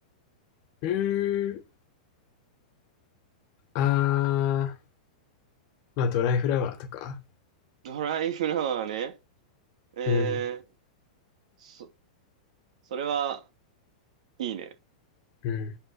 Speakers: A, on the left; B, on the right.
A: うーん、あー、まあドライフラワーとか。
B: ドライフラワーね。えー、
A: うん、
B: そ、それは、いいね。
A: うん。